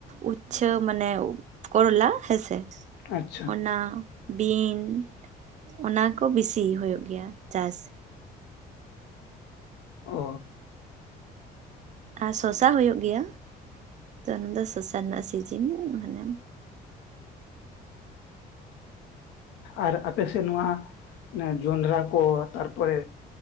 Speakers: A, on the right (about 45°); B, on the left (about 80°).
A: ᱩᱪᱪᱷᱟ ᱢᱟᱱᱮ ᱠᱚᱨᱞᱟ ᱦᱮᱸᱥᱮ ᱾
B: ᱟᱪᱪᱷᱟ
A: ᱚᱱᱟ ᱵᱤᱱ, ᱚᱱᱟ ᱠᱚ ᱵᱮᱥᱤ ᱦᱩᱭᱩᱜ ᱜᱮᱭᱟ ᱪᱟᱥ ᱾
B: ᱚᱻ
A: ᱟᱨ ᱥᱚᱥᱟ ᱦᱩᱭᱩᱜ ᱜᱮᱭᱟ ᱛᱚ ᱚᱱᱟ ᱫᱚ ᱥᱚᱥᱟ ᱨᱮᱱᱟᱜ ᱥᱤᱡᱤᱱ ᱢᱟᱱᱮ,
B: ᱟᱨ ᱟᱯᱮ ᱥᱮᱫ ᱱᱚᱣᱟ ᱡᱚᱱᱰᱨᱟ ᱠᱚ ᱛᱟᱨᱯᱚᱨᱮ